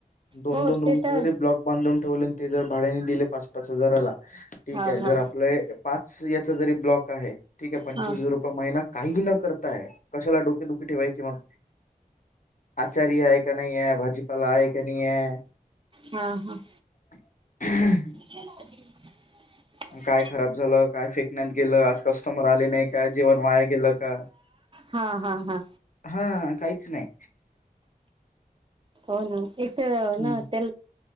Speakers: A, on the left (about 55°); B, on the right (about 35°).
A: दोन,
B: हो
A: दोन रूमचे
B: ते तर
A: जरी ब्लॉक बांधून ठेवले. ते जर भाड्याने दिले पाच, पाच हजाराला ठीके
B: हा
A: जर
B: हा
A: आपले. पाच याचा जरी ब्लॉक आहे, ठीके पंचवीस
B: हा हा
A: हजार रुपये महिना. काहीही न करता आहे कशाला? डोकेदुखी ठेवायचे मग. आचारी आहे का नाही आहे? भाजीपाला आहे का नाही आहे?
B: हा हा.
A: <unintelligible> हं
B: <inaudible>
A: काय
B: <inaudible>
A: खराब झालं काय फेकण्यात गेलं आज कस्टमर आले नाही का जेवण वाया गेलं का
B: हा हा हा.
A: हा काहीच नाही.
B: हो. ना. एक ना
A: हम्म.
B: त्या